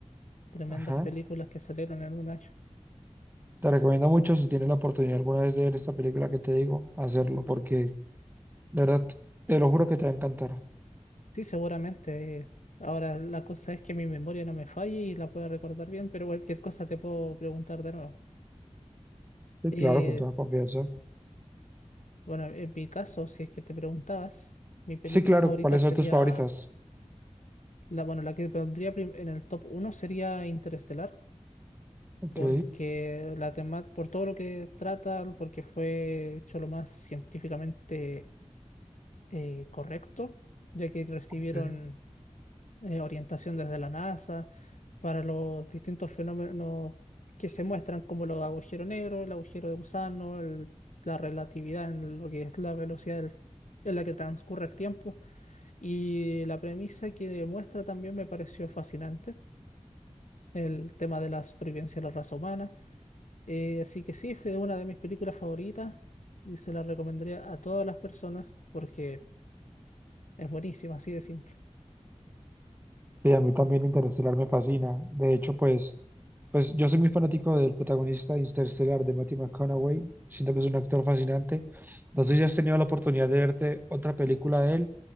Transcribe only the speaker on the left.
Tremendas
películas que salieron en un año.
Sí, seguramente. eh, Ahora, la cosa es que mi memoria no me falle y la pueda recordar bien, pero cualquier cosa te puedo preguntar de nuevo.
Eh,
bueno, en mi caso, si es que te preguntabas, mi película
favorita
sería,
la, bueno, la que pondría prim- en el top uno sería Interestelar.
porque la tema, por todo lo que trata, porque fue hecho lo más científicamente eh, correcto, ya que recibieron
eh, orientación desde la NASA para los distintos fenómenos que se muestran, como los agujeros negros, el agujero de gusano, el- la relatividad en lo que es la velocidad del- en la que transcurre el tiempo. Y la premisa que muestra también me pareció fascinante, el tema de la supervivencia de la raza humana Eh, así que sí, fue una de mis películas favoritas y se la recomendaría a todas las personas porque es buenísima, así de simple.